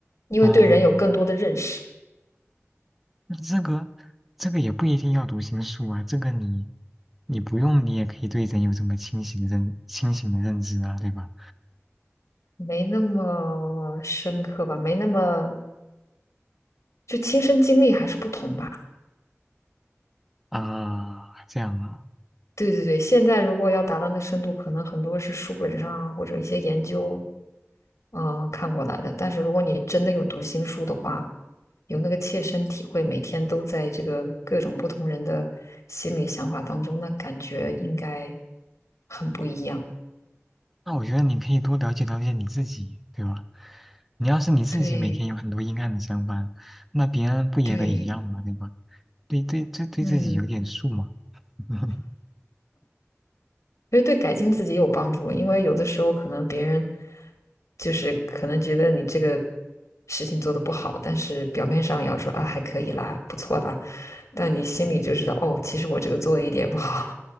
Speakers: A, on the left; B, in the centre.
A: 因为对人有更多的认识，
B: 嗯，那这个这个也不一定要读心术啊，这个你你不用，你也可以对人有这么清醒的认清醒的认知啊，对吧？
A: 没那么深刻吧，没那么就亲身经历还是不同吧。
B: 啊，这样啊。
A: 对对对，现在如果要达到那深度，可能很多是书本上啊或者一些研究啊、呃看过来的。但是如果你真的有读心术的话，有那个切身体会，每天都在这个各种不同人的心理想法当中，那感觉应该很不一样。
B: 那我觉得你可以多了解了解你自己，对吧？你要是你自己每天有很多阴暗的想法，
A: 对
B: 那别人不也得一样嘛，
A: 对，
B: 对吧？对对，对对自己有点数嘛。
A: 嗯，
B: <laughs>
A: 因为对改进自己有帮助。因为有的时候可能别人就是可能觉得你这个事情做的不好，但是表面上也要说啊还可以啦，不错啦，但你心里就知道哦，
B: 哦
A: 其实我这个做的一点也不好。